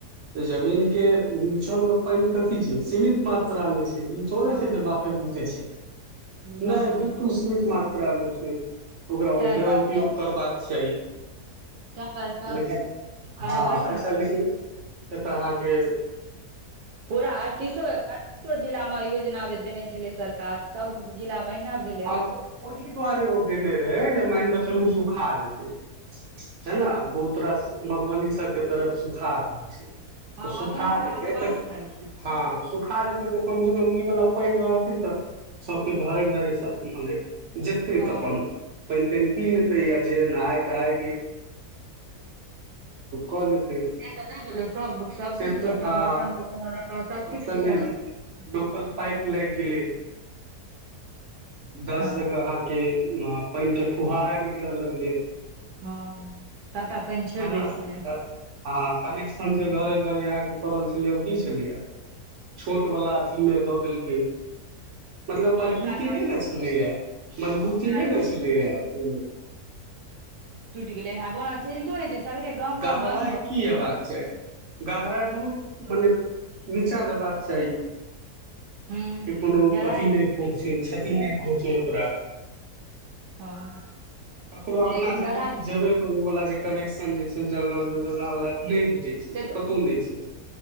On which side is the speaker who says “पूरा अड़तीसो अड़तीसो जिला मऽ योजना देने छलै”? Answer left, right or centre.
Right